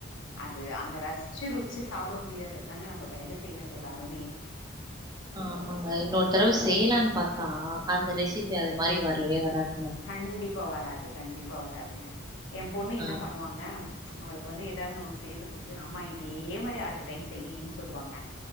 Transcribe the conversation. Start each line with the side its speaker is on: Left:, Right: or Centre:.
Left: அது அங்க ரஸ்ச்சு ருஸ்ச்சு சாப்ட முடியாது அதாங்க நம்ம வேல செய்யறதோட அருமையே
Right: ஆமாங்க இன்னொரு தரவ செய்லான் பாத்தா அந்த ரெசிபி அது மாரி வரவே வராது
Left: கண்டிப்பா வராது கண்டிப்பா வராதுங்க ஏம் பொண்ணு என்ன
Right: ஆ
Left: பண்ணுவாங்க அவளுக்கு வந்து ஏதாவ்து நா ஒண்ணு செய்றது புடிச்சுன்ன அம்மா இதே மாரி அடுத்த டைம் செய்யீன் சொல்லுவாங்க